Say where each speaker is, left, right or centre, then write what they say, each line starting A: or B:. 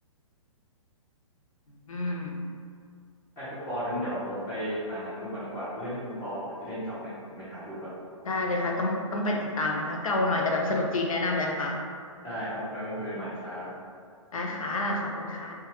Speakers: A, on the left; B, on the left.
A: อืม
B: ให้คุณปอนั้นเดี๋ยวผมไปหาหนังดูก่อนดีกว่าเรื่องที่คุณปอบอกจะเล่นจ็อบเนี่ยผมไปหาดูก่อน
A: ได้เลยค่ะต้องต้องไปติดตามนะคะเก่าหน่อยแต่แบบสนุกจริงแนะนำเลยค่ะ
B: ได้ครับไว้มาคุยกันใหม่ครับ
A: ได้ค่ะขอบคุณค่ะ